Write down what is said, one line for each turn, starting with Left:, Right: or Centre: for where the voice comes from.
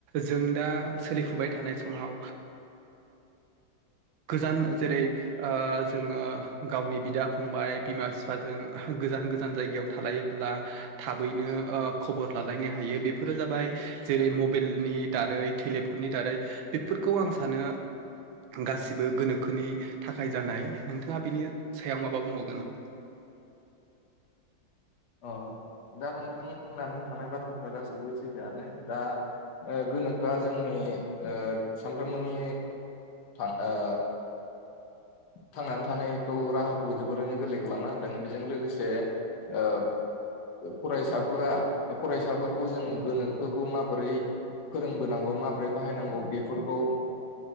Right: जों दा सोलिफुबाय थानाय समाव गोजान जेरै ओ जोङो गावनि बिदा फंबाय बिमा बिफाजों गोजान गोजान जायगायाव थालायोब्ला थाबैनो ओ खबर लालायनो हायो बेफोरो जाबाय जेरै मबाइलनि दारै टेलिफननि दारै बेफोरखौ आं सानो गासिबो गोनोखोनि थाखाय जानाय नोंथाङा बिनि सायाव माबा बुंबावगोन नामा?
Left: अ दा नोंथां बुंनानै थानायां बाथ्राफ्रा गासैबो सैथोआनो। दा ओ गोनोखोआ जोंनि ओ सानफ्रोमबोनि आं ओ थांनानै थानायखौ राहाखौ जोबोरैनो गोरलै खालामना होदों बेजों लोगोसे ओ फरायसाफोरा फरायसाफोरखौ जों गोनोखोखौ माबोरै फोरोंबोनांगौ माबोरै बाहायनांगौ बेफोरखौ ओ